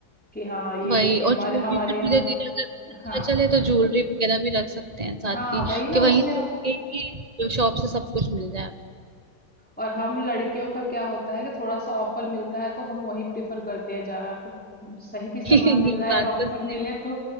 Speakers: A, in the centre; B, on the right.
A: कि हाँ ये
B: वही
A: देखिए हमारे
B: और ज्वेलरी
A: हमारे
B: फिर धीरे
A: यहाँ
B: धीरे अगर अच्छा
A: हाँ
B: चले तो ज्वेलरी वगैरह भी रख सकते हैं साथ
A: हाँ
B: की
A: वही ना
B: कि वहीं
A: उसमें
B: से एक ही शॉप से सब कुछ मिल जाए
A: और हम लड़कियों का क्या होता है कि थोड़ा-सा ऑफर मिलता है तो हम वही प्रेफ़र करते हैं जाना को सही भी सामान
B: आपको। <laughs>
A: मिल
B: ये
A: रहा है
B: बात
A: और ऑफर
B: तो सही-
A: मिले तो